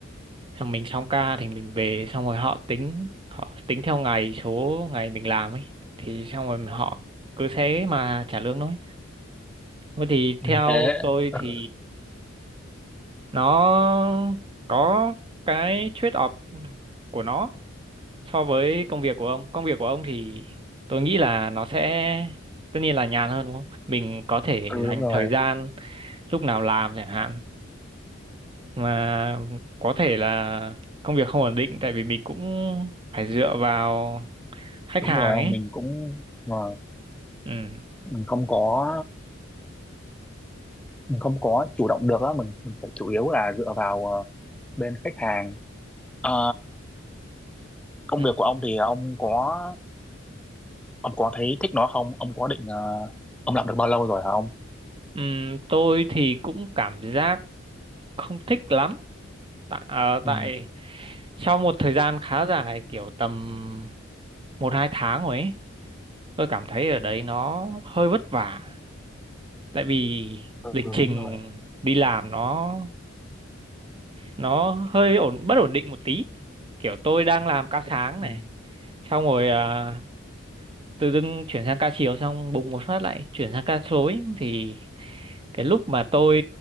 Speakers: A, on the right; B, in the centre.
A: xong mình xong ca thì mình về, xong rồi họ tính họ tính theo ngày số ngày mình làm ấy, thì xong rồi họ cứ thế mà trả lương thôi. Thôi thì theo
B: Ừ, thế
A: tôi
B: ừ,
A: thì nó có cái trade-off của nó so với công việc của ông. Công việc của ông thì tôi nghĩ là nó sẽ tất nhiên là nhàn hơn đúng không? Mình có thể
B: ừ,
A: dành
B: đúng rồi
A: thời gian lúc nào làm chẳng hạn. Mà có thể là công việc không ổn định tại vì mình cũng phải dựa vào khách
B: đúng
A: hàng
B: rồi
A: ấy.
B: ông mình cũng mà
A: Ừ.
B: mình không có mình không có chủ động được á mình mình phải chủ yếu là dựa vào ờ, bên khách hàng Ờ, công
A: Ừ.
B: việc của ông thì ông có ông có thấy thích nó không ông có định ờ, ông làm được bao lâu rồi hả ông
A: Ừm, tôi thì cũng cảm giác không thích lắm tại, ờ,
B: ừ,
A: tại sau một thời gian khá dài kiểu tầm một hai tháng rồi ấy tôi cảm thấy ở đấy nó hơi vất vả tại vì
B: ừ
A: lịch
B: đúng
A: trình
B: rồi
A: đi làm nó nó hơi ổn bất ổn định một tí kiểu tôi đang làm ca sáng này
B: ừ,
A: xong rồi ờ, tự dưng chuyển sang ca chiều xong bùng một phát lại chuyển sang ca rối thì cái lúc mà tôi